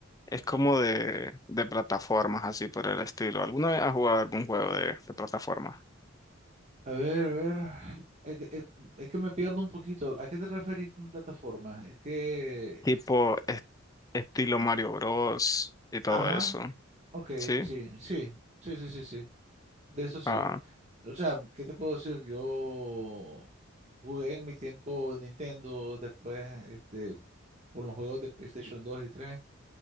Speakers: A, on the left; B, on the right.
A: es como de, de plataformas, así por el estilo. ¿Alguna vez has jugado algún juego de, de plataformas?
B: A ver, a ver. Es que, es- es que me pierdo un poquito. ¿A qué te referís con plataforma? Es que...
A: tipo est- estilo Mario Bros. y todo
B: Ajá,
A: eso,
B: ok,
A: ¿sí?
B: sí, sí, sí, sí, sí, sí. De eso sí.
A: Ah,
B: O sea, ¿qué te puedo decir? Yo jugué en mi tiempo Nintendo, después este, con los juegos de PlayStation 2 y 3.